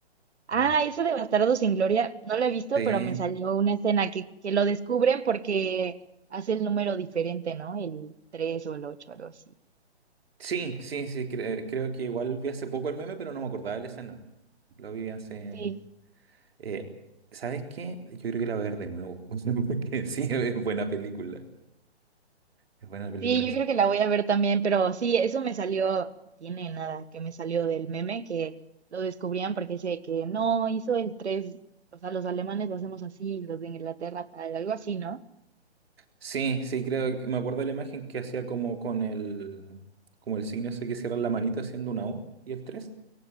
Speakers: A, on the right; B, on the right.
A: Ah,
B: Mm.
A: esa de Bastardos sin Gloria, no la he visto,
B: Sí,
A: pero me salió una escena que, que lo descubren porque hace el número diferente, ¿no? El 3 o el 8 algo así.
B: sí, sí, sí, cre- creo que igual vi hace poco el meme, pero no me acordaba de la escena. Lo vi hace...
A: Sí,
B: eh, ¿sabes qué? Yo creo que la voy a ver de nuevo, <laughs> porque sí, es buena película. Es buena la película
A: Sí,
B: esa.
A: yo creo que la voy a ver también, pero sí, eso me salió, tiene nada, que me salió del meme que lo descubrían porque dice que no hizo el 3, o sea, los alemanes lo hacemos así, los de Inglaterra tal, algo así, ¿no?
B: Sí, sí, creo que me acuerdo de la imagen que hacía como con el, como el signo ese que cierra la manito haciendo una O y el tres